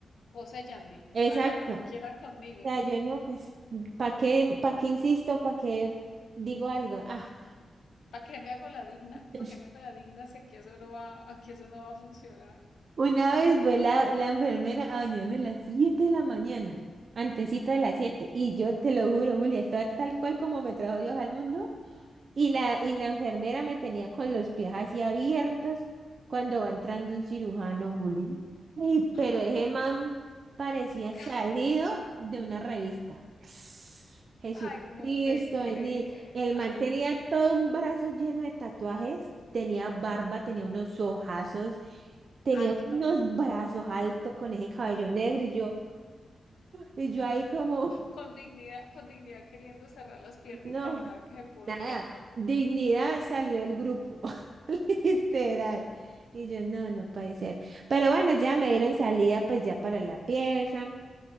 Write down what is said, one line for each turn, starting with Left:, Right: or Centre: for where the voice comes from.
Left: poséyanme,
Right: exacto.
Left: hagan lo que quieran conmigo.
Right: sea, yo no, pues, ¿para qué, para qué insisto? ¿Para qué digo algo? Ah,
Left: ¿Para qué me hago la digna?
Right: <laughs>
Left: ¿Para qué me hago la digna si aquí eso no va, aquí eso no va a funcionar?
Right: una vez fue la, la enfermera a bañarme a las 7 de la mañana, antesito de las 7 y yo te lo juro, Julia, estaba tal cual como me trajo Dios al mundo. Y la, y la enfermera me tenía con los pies así abiertos cuando va entrando un cirujano, Juli. Y, pero
Left: Ay,
Right: ese man parecía salido
Left: cachi.
Right: de una revista. <sniffs> Jesucristo,
Left: Ay, no te creo.
Right: vení. El man tenía todo un brazo lleno de tatuajes, tenía barba, tenía unos ojazos, tenía
Left: Alto,
Right: unos brazos altos con ese cabello negro y yo, y yo ahí como,
Left: con dignidad, con dignidad queriendo cerrar las piernitas
Right: no.
Left: y nada que se podía.
Right: Nada, dignidad salió del grupo, <laughs> literal. Y yo, no, no puede ser. Pero bueno, ya me dieron salida pues ya para la pieza.